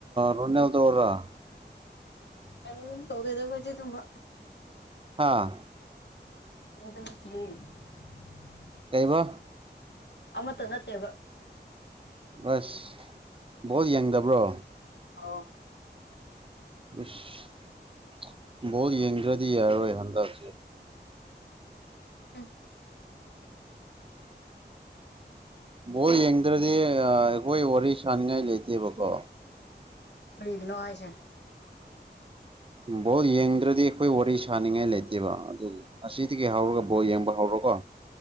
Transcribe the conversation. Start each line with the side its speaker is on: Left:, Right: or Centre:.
Right: ꯔꯣꯅꯦꯜꯗꯣꯔ
Left: ꯀꯝ ꯇꯧꯗꯦꯗ ꯑꯗꯨꯒꯨꯝꯕ
Right: ꯑꯥ
Left: <unintelligible>
Right: ꯀꯩꯕ
Left: ꯑꯃꯇ ꯅꯠꯇꯦꯕ
Right: ꯑꯁ ꯕꯣꯜ ꯌꯦꯡꯗꯕ꯭ꯔꯣ
Left: ꯑꯥꯎ
Right: ꯁ ꯕꯣꯜ ꯌꯦꯡꯗ꯭ꯔꯗꯤ ꯌꯥꯔꯣꯏ ꯍꯟꯗꯛ
Left: ꯑ
Right: ꯕꯣꯜ ꯌꯦꯡꯗ꯭ꯔꯗꯤ ꯑꯩꯈꯣꯏ ꯋꯥꯔꯤ ꯁꯅꯤꯡꯉꯥꯏ ꯂꯩꯇꯦꯕꯀꯣ
Left: ꯀꯔꯤꯒꯤꯅꯣ ꯍꯥꯏꯖꯦ
Right: ꯕꯣꯜ ꯌꯦꯡꯗ꯭ꯔꯗꯤ ꯑꯩꯈꯣꯏ ꯋꯥꯔꯤ ꯁꯥꯅꯤꯡꯉꯥꯏ ꯂꯩꯇꯦꯕ ꯑꯗꯨ ꯑꯁꯤꯗꯒꯤ ꯍꯧꯔꯒ ꯕꯣꯜ ꯌꯦꯡꯕ ꯍꯧꯔꯛ ꯀꯣ